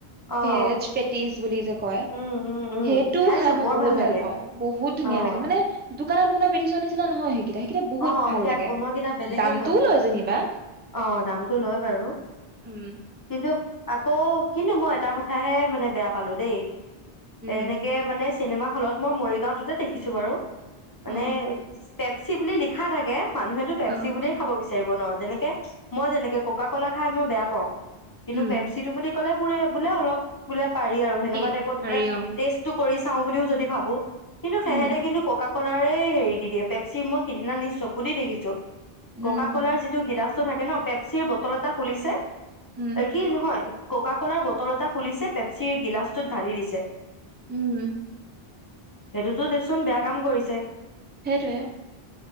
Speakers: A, on the left; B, on the right.
A: অ',
B: ভেজ পেটিচ বুলি যে কয়
A: উম, উম, উম,
B: সেইটোও
A: খাইছো
B: খাই মই
A: বৰ
B: বহুত
A: লাগে।
B: ভাল পাওঁ বহুত ধুনীয়া
A: অ',
B: লাগে মানে। দোকানত বনোৱা পেটিচৰ নিচিনা নহয় সেইকেইটা। সেইকেইটা বহুত
A: অ',
B: ভাল
A: সেয়াত
B: লাগে
A: বনোৱা কেইটা বেলেগে
B: দামটোও
A: সোৱাদটো
B: লয় যেনিবা
A: অ', দামটো লয় বাৰু
B: উম
A: কিন্তু আকৌ কিন্তু মই এটা কথাহে মানে বেয়া পালো দেই।
B: উম
A: এনেকে মানে চিনেমা হলত মৰিগাওঁটোতে দেখিছো বাৰু
B: অ
A: মানে পেপছি বুলি লিখি। লিখা থাকে। মানুহেতো পেপচি
B: অ
A: বুলিয়ে খাব। বিচাৰিব ন যেনেকে মই যেনেকে ককা ক'লা খাই মই বেয়া পাও। কিন্তু
B: উম
A: পেপচিটো বুলি কলে বুৰে বোলে অলপ বোলে পাৰি আৰু সেনেকুৱা
B: অ
A: টাইপত
B: পাৰি
A: বোলে
B: অ
A: টেষ্ট টো কৰি চাওঁ বুলিও যদি ভাবো কিন্তু
B: উম
A: সেহেঁতে কিন্তু ককাক কলাৰে হেৰি দি দিয়ে পেপচি মই সিদিনা নিজ চকু দি দেখিছো।
B: উম
A: ককা কলাৰ যিটো গিলাচ থাকে ন পেপচিৰ বটল এটা খুলিছে।
B: উম
A: এ কি নহয় ককা কলাৰ বটল এটা খুলিছে পেপচিৰ গিলাচটোত ঢালি দিছে।
B: উম।
A: সেইটো তো দে চোন বেয়া কাম কৰিছে।
B: সেইটোৱে